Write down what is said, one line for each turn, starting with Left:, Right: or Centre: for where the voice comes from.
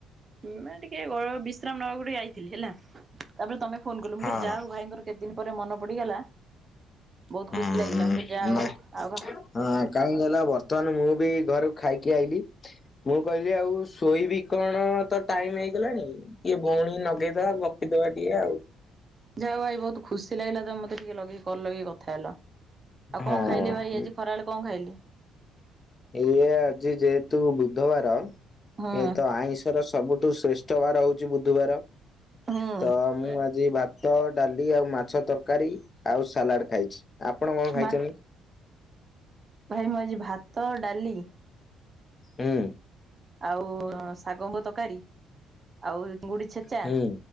Right: ମୁଁ ଟିକେ ଗ ବିଶ୍ରାମ ନେବାକୁ ଟିକେ ଆଇଥିଲି ହେଲା। ତାପରେ ତମେ ଫୋନ କଲ। ମୁଁ
Left: ହଁ
Right: କହିଲି ଯାହାହଉ ଭାଇଙ୍କର କେତେ ଦିନ ପରେ ମନେ ପଡିଗଲା। ବୋହୁତ
Left: ହୁଁ
Right: ଖୁସି ଲାଗିଲା। ମୁଁ କହିଲି ଯାହଉ
Left: ନା
Right: ଆୱା
Left: ହଁ କାହିଁକି ଗଲା ବର୍ତ୍ତମାନ ମୁଁ ବି ଘରକୁ ଖାଇକି ଆଇଲିି ମୁଁ କହିଲି ଆଉ ଶୋଇବି କଣ ତ ଟାଇମ ହେଇଗଲାଣି ଟିକେ ଭଉଣୀକି ନଗେଇଦବା ଗପିଦବା ଟିକେ ଆଉ।
Right: ଯାହାହଉ ଭାଇ ବୋହୁତ ଖୁସି ଲାଗିଲା ତ ମତେ ଟିକେ ଲଗେଇ କଲ ଲଗେଇ କଥା ହେଲ। ଆଉ
Left: ହଁ
Right: କଣ ଖାଇଲେ ଭାଇ ଆଜି ଖରାବେଳେ କଣ ଖାଇଲେ?
Left: ଏଇଏ ଆଜି ଯେହେତୁ ବୁଧବାର
Right: ହୁଁ
Left: ଏ ତ ଆଇଁଷର ସବୁଠୁ ଶ୍ରେଷ୍ଠ ବାର ହଉଛି ବୁଧୁବାର।
Right: ହୁଁ
Left: ତ ମୁଁ ଆଜି ଭାତ ଡାଲି ଆଉ ମାଛ ତରକାରୀ ଆଉ ସାଲାଟ ଖାଇଛି। ଆପଣ କଣ ଖାଇଛନ୍ତି?
Right: ମା ଭାଇ ମୁଁ ଆଜି ଭାତ ଡାଲି
Left: ହୁଁ।
Right: ଆଉ ଶାଗମୁଗ ତରକାରୀ ଆଉ ଚିଙ୍ଗୁଡି ଛେଚା
Left: ହୁଁ